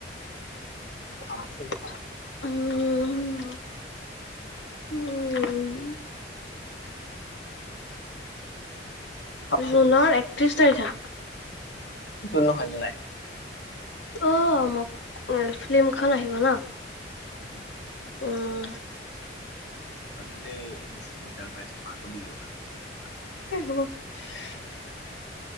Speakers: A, on the left; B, on the left.
A: <inaudible>
B: ভাবচোন ভাব।
A: উম, উম।
B: ভাবচোন
A: জুনৰ একত্ৰিশ তাৰিখে!
B: জুন নহয় জুলাই।
A: অ মোক এ ফিল্মখন আহিব ন?
B: <inaudible>
A: উম।
B: <unintelligible>
A: <unintelligible>